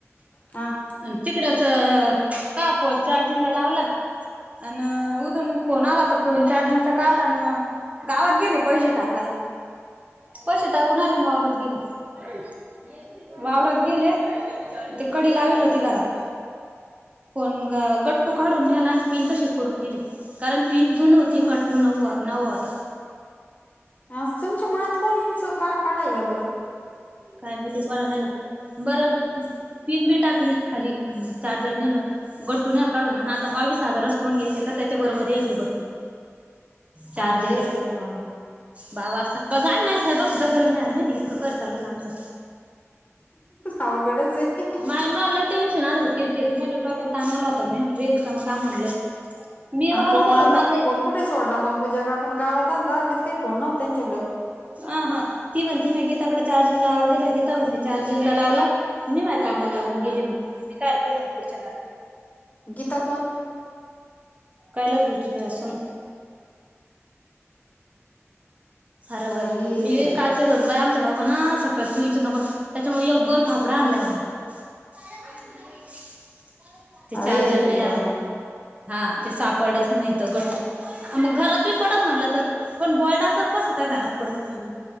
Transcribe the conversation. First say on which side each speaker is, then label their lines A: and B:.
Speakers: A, on the left (about 30°); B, on the right (about 30°).
A: आ.
B: आणि तिकडच तू आ फोन चार्जिंग ला लावला. आन उजून फोन आला तर फोन चार्जिंगचा काडला गावात गेले. पैसे टाकायला, पैसे टाकून आले वावरात गेले. वावरात गेले ते कडी लावेल होती घरात. पण गट्टू काढून् नेला, पिन तशीच पडून दिली. कारण पीन जुन होती, गट्टू न नवा होता.
A: ह तुमच्या मात कोण इंच का काढायला बंर.
B: काय माहिती कोणी नेला. बरं पिन बी टाकली खाली आणि चार्जर नेला. गट्टू न्याल काढून, आणि आता बावीस हजारच फोण गेले का त्याच्या बरोबर येईल ते गट्टू.
A: <inaudible>
B: चार्जर,
A: अरे देवा
B: बाबा सक्कां जा नाही साहेब सुद्धा करेल नाही आ माजे इतकं कर चालू आमचं,
A: अवघडच आहे.
B: माय म टेन्शन आलं ब किरकिरीन म डोक्याला तान आला होता. मी म्हनल बे रिकाम काम म्हणलं मी
A: आणि
B: वावरतत
A: फोन
B: दररोज
A: आता
B: ना लय
A: फोन कुठे सोडला मग पूजा काकु गावात आलता, तीथ काही फोन नव्हता त्यांच्याकडं.
B: आ हा ती म्हणती मी गीताकडे चार्जिंगला लावायला दिला, गीता म्हणती चार्जिंगला लावला. मी माझ कामाला लागून गेले म्हणे, मी काल पाहू म्हणे पुढच्या दा.
A: गीता कोन?
B: कैलास भाऊजी तुझ्या सून. फारग
A: बाई
B: मी
A: बाई
B: काल ते धरून दय आमचं बाबा ना सकाळं तू विचारू नको त्याच्यामुळे दोन थापडा हाणल्या मला. का <inaudible> ते चार्जर
A: अरे देवा.
B: नाही हा, ते सापडच नाही तर गटू. मग घरात बी पडन म्हटलं तर, पण बॉर्डाच कसं काय घरात पडन खाली?